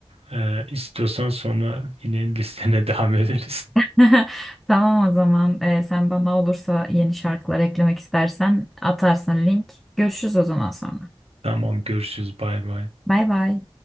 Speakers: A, on the right; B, in the centre.
A: E, istiyorsan sonra yine listene <laughs> devam ederiz.
B: <laughs> Tamam o zaman Ee, sen bana olursa yeni şarkılar eklemek istersen atarsın link. Görüşürüz o zaman sonra.
A: Tamam görüşürüz bay bay.
B: Bay bay.